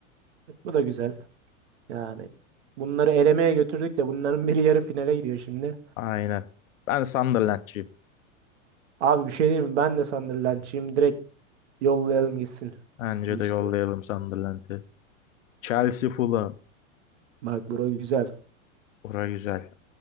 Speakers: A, on the right; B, on the left.
A: Bu da güzel. Yani bunları elemeye götürdük de bunların biri yarı finale gidiyor şimdi.
B: Aynen. Ben Sunderland'cıyım.
A: Abi bir şey diyeyim mi? Ben de Sunderland'çıyım. Direkt yollayalım gitsin.
B: Bence
A: Bir üstüne.
B: de yollayalım Sunderland'i. Chelsea, Fulham.
A: Bak bura güzel.
B: Bura güzel.